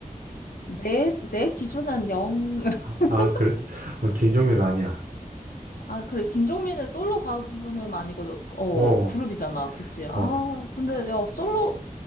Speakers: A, on the left (about 80°); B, on the right (about 90°).
A: 내, 내 기준은 영. <laughs>
B: 아, 아, 그래? 어, 김종민 아니야.
A: 아, 근데 김종민은 솔로 가수는 아니고, 어,
B: 어,
A: 그룹이잖아, 그치? 아,
B: 어.
A: 근데 야, 솔로,